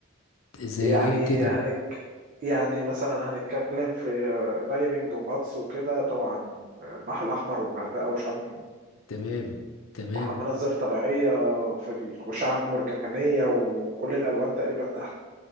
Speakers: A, on the left; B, on the right.
A: زي
B: يعني
A: ايه كده
B: هنك يعني مثلا هنتكلم في دايفنج وغطس وكده طبعا البحر الأحمر والغردقة وشرم
A: تمام تمام
B: مح- مناظر طبيعية في ال- وشعب مرجانية وكل الألوان تقريبا تحت